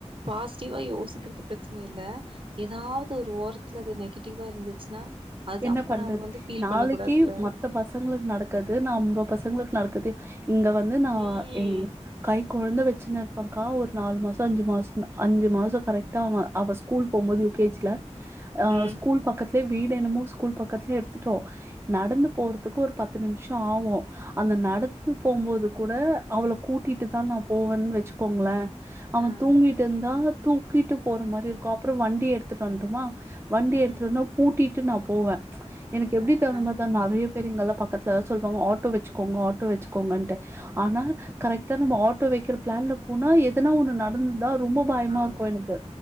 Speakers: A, on the right; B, on the right.
A: பாசிட்டிவா யோசிக்கிறது பிரச்சன இல்ல ஏதாவது ஒரு ஓரத்துல அது நெகட்டிவா இருந்துச்சுன்னா அது
B: என்ன
A: அப்ப
B: பண்றது
A: நம்ம வந்து ஃபீல்
B: நாளைக்கு
A: பண்ண கூடாதுல்ல
B: மத்த பசங்களுக்கு நடக்காது நம்ப பசங்களுக்கு நடக்குது இங்க வந்து நா
A: ம்
B: ஏ கை கொழந்த வெச்சுன்னு இருப்பன்க்கா ஒரு நாலு மாசோ அஞ்சு மாசத்ல அஞ்சு மாசோ கரெக்டாக அவ அவ ஸ்கூல் போகும்போது யு கே ஜி ல அஹ்
A: ம்
B: ஸ்கூல் பக்கத்துலயே வீடு என்னமோ ஸ்கூல் பக்கத்துலயே எடுத்துட்டோ நடந்து போறதுக்கு ஒரு பத்து நிமிஷோ ஆகோ அந்த நடந்து போம்போது கூட அவள கூட்டிட்டு தா நா போவேன்னு வெச்சுக்கோங்களே அவன்
A: ஆ ஆ
B: தூங்கிட்டு
A: ஆ
B: இருந்தா தூ தூக்கிட்டு போற மாரி இருக்கு அப்றோ வண்டி எடுத்துட்டு வன்டோமா வண்டி
A: ம்
B: எடுத்துட்டோனா பூட்டிட் ட்டு நா போவே எனக்கு எப்டி
A: ஆ
B: தோணுமாதா
A: ஆ
B: நெறைய பெரியவங்கல்லா பக்கத்துல சொல்வாங்க ஆட்டோ வெச்சுக்கோங்க ஆட்டோ வெச்சுக்கோங்கண்டு ஆனா கரெக்டா நம்ம ஆட்டோ வெக்கிற பிளான்ல போனா எதனா ஒன்னு நடந் தா ரொம்ப பயமா
A: ஆமா
B: இருக்கோ எனக்கு